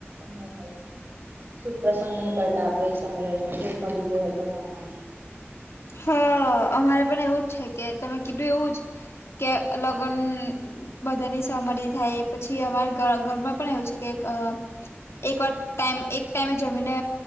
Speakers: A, on the right; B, on the left.
A: ન હોય શુભ પ્રસંગ ની કરતા આપડે એ સમય દરમિયાન ભોગ મરી ગયો હોય તો ગામમાં
B: હ અમારે પણ એવું જ છે, કે તમે કીધું એવું જ કે લગન બધાની સહમતી થાય પછી અમારે ધ ઘરમાં પણ એવું છે, કે અ એક વાર ટાઈમ એક ટાઈમે જમીને